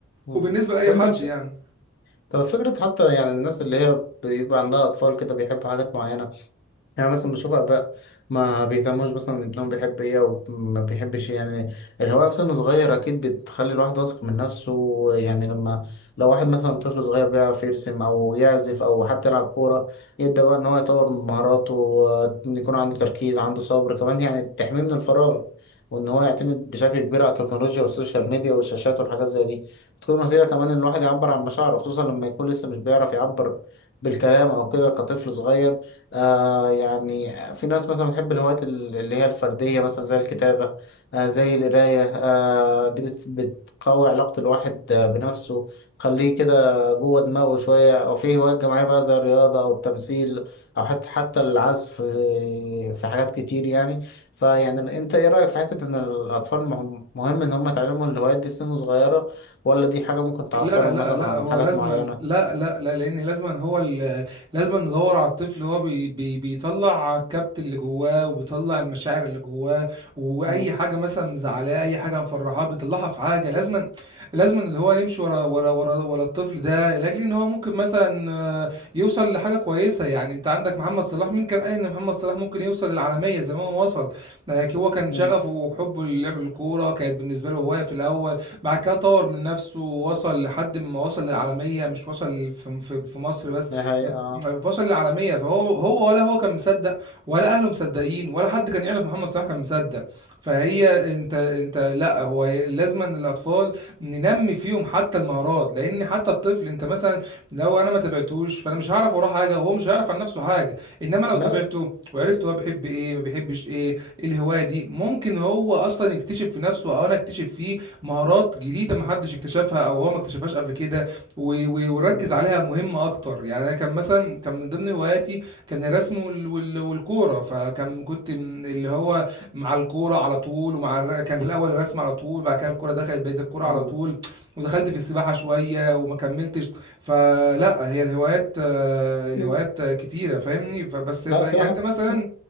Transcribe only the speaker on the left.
مم.
وانت
بتش...
طب فكرة حتى يعني الناس اللي هي بيبقى عندها أطفال كده بيحبوا حاجات معينة يعني مثلا بشوف اباء ما بيهتموش مثلا إن ابنهم بيحب ايه او ما بيحبش إيه. يعني الهوايه في سن صغير اكيد بتخلي الواحد واثق من نفسه يعني لما لو واحد مثلا طفل صغير بيعرف يرسم او يعزف او حتى يلعب كوره يبدا بقى ان هو يطور من مهاراته آه، إن يكون عنده تركيز عنده صبر كمان يعني بتحميه من الفراغ وان هو يعتمد بشكل كبير على التكنولوجيا والسوشيال ميديا والشاشات والحاجات زي دي تكون وسيله كمان ان الواحد يعبر عن مشاعره خصوصا لما يكون لسه مش بيعرف يعبر بالكلام او كده كطفل صغير آه يعني في ناس مثلا بتحب الهوايات ال- اللي هي الفردية مثلا زي الكتابة آه زي القراية آه دي بت- بتقوي علاقة الواحد آه، بنفسه تخليه كده جوه دماغه شوية أو في هوايات جماعية بقى زي الرياضة أو التمثيل أو حتى حتى العزف آه، في حاجات كتير يعني فيعني أنت إيه رأيك في حتة إن الأطفال مهم مهم إن هم يتعلموا الهوايات دي في سن صغيرة ولا دي حاجة ممكن تعطلهم
مثلا
عن
حاجات
معينة؟
مم.
مم.
نهاية آه
لا
مم.
مم.
مم.
لا
في واحد
في